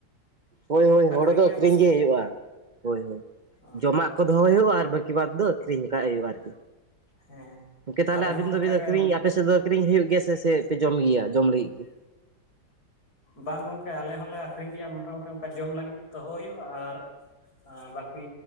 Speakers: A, on the right; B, on the left.
A: ᱦᱳᱭ ᱦᱳᱭ
B: ᱟᱠᱷᱨᱤᱧ
A: ᱦᱳᱲᱳ ᱫᱚ
B: ᱜᱮᱭᱟ
A: ᱟᱹᱠᱷᱨᱤᱧ
B: ᱯᱮ ᱥᱮ
A: ᱜᱮ ᱦᱩᱭᱩᱜᱼᱟ ᱾ <inaudible> ᱦᱳᱭ ᱦᱳᱭ
B: ᱚ
A: ᱡᱚᱢᱟᱜ ᱠᱚ ᱫᱚᱦᱚᱭ ᱦᱩᱭᱩᱜᱼᱟ ᱟᱨ ᱵᱟᱹᱠᱤ ᱵᱟᱸᱫᱷ ᱫᱚ ᱟᱹᱠᱷᱨᱤᱧ ᱞᱮᱠᱟᱜ ᱦᱩᱭᱩᱜᱼᱟ ᱟᱨᱠᱤ
B: ᱦᱮᱸ
A: ᱜᱚᱝᱠᱮ ᱛᱟᱦᱚᱞᱮ
B: ᱟᱞᱮ
A: ᱟᱵᱤᱱ
B: ᱦᱚᱸ ᱚᱱᱠᱟᱜᱮ
A: ᱫᱚᱵᱤᱱ ᱟᱹᱷᱨᱤᱧ ᱟᱯᱮ ᱥᱮᱫ ᱫᱚ ᱟᱹᱷᱨᱤᱧ ᱦᱩᱭᱩᱜ ᱜᱮᱭᱟ ᱥᱮ ᱯᱮ ᱡᱚᱢ ᱜᱮᱭᱟ ᱡᱚᱢ ᱞᱟᱹᱜᱤᱫ ᱜᱮ
B: ᱵᱟᱝ ᱜᱚᱝᱠᱮ ᱟᱞᱮ ᱦᱚᱸᱞᱮ ᱟᱠᱷᱨᱤᱧ ᱜᱮᱭᱟ ᱢᱳᱴᱟᱢᱩᱴᱤ ᱚᱱᱠᱟ ᱡᱚᱢ ᱞᱟᱹᱜᱤᱫ ᱫᱚᱦᱚ ᱦᱩᱭᱩᱜᱼᱟ ᱟᱨ ᱵᱟᱹᱠᱤ